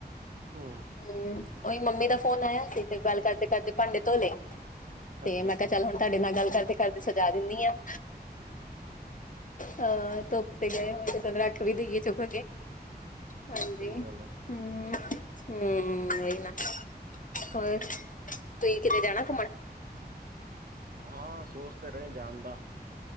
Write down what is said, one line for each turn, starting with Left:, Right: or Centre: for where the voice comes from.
Right: ਹੂੰ
Left: ਹਮ ਉਹੀ ਮੰਮੀ ਦਾ ਫੋਨ ਆਇਆ ਸੀ ਤੇ ਗੱਲ ਕਰਦੇ-ਕਰਦੇ ਭਾਂਡੇ ਧੋਲੇ, ਤੇ
Right: ਅੱਛਾ।
Left: ਮੈਂ ਕਿਹਾ ਚੱਲ ਹੁਣ ਤੁਹਾਡੇ ਡੇ ਨਾਲ ਗੱਲ ਕਰਦੇ-ਕਰਦੇ ਸਜਾ ਦਿੰਨੀ ਆ, ਹਾਂ ਧੋ ਤੇ ਗਏ ਹੋਏ ਤੇ ਚਲੋ ਰੱਖ ਵੀ ਦੇਈਏ ਚੁੱਕ ਕੇ। ਹਾਂਜੀ
Right: ਸਹੀ
Left: ਹੂੰ,
Right: ਗੱਲ ਹੈ।
Left: ਹੂੰ ਉਹੀ ਨਾ। ਹੋਰ, ਤੁਸੀਂ ਕਿਤੇ ਜਾਣਾ ਘੁੰਮਣ?
Right: ਹਾਂ ਸੋਚ ਤਾਂ ਰਹੇ ਜਾਣ ਦਾ।